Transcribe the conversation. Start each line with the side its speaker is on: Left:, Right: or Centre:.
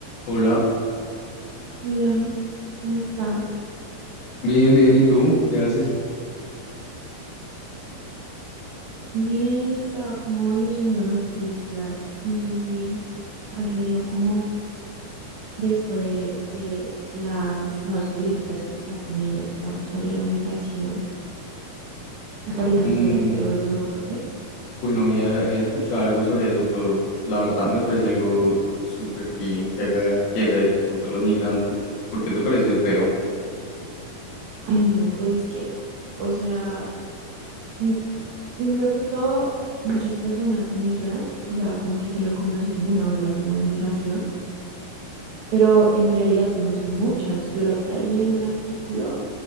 Left: Hola,
Right: Hola, ¿cómo estás?
Left: bien, bien, ¿y tú? ¿Qué haces?
Right: Bien, estaba como leyendo noticias. No sé si has leído como de esto de, de las nuevas políticas que está poniendo Trump sobre la migración. Me parece súper
Left: Mm,
Right: feo eso, ¿no crees?
Left: bueno, había, había escuchado algo sobre eso, pero la verdad me parece algo súper bien que haga, que haga esto contra los migrantes. ¿Por qué te parece feo?
Right: Ay, no, pues es que, o sea, mm, primero que todo, muchas personas migran, o sea, como que se lo conoce como una ola como de migración, pero en realidad no son muchas. Yo la otra vez leí en un artículo